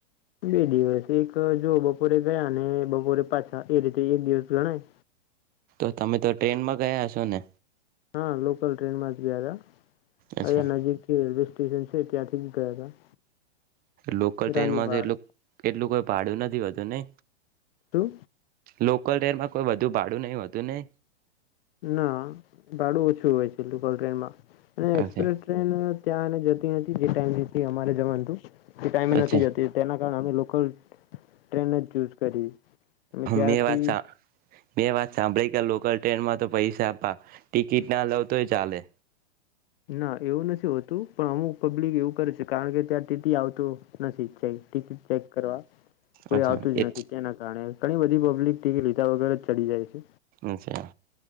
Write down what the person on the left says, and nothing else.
બે દિવસ એક જો બપોરે ગયા ને બપોરે પાછા એ રીતે એક દિવસ ગણાય.
હા લોકલ ટ્રેનમાં જ ગયા હતા.
અયા નજીકથી સન ઐતિાસિક ગયા હતા.
રાનીવાડ
શું
ના ભાડું ઓછું હોય છે ટલ ટ્રેનમાં. અને એક્સપ્રેસ
ટ્રેન ત્યાંને જતી હતી જે ટાઈમ અમારે જવાનું તું. ટાઈમે નથી
જતી તેના કારણ અમે લોકલ ટ્રેન જ ચુઝ કરી. અમે ત્યારથી
ના એવું નથી હોતું પણ અમુક પબ્લિક એવું કરે છે કારણ કે ત્યાં ટી ટી આવતું નથી ટિકિટ ચેક કરવા કોઈ
આવતું જ
નથી તેના કારણે ઘણી બધી પબ્લિક ટિકિટ લીધા વગર જ ચડી જાય છે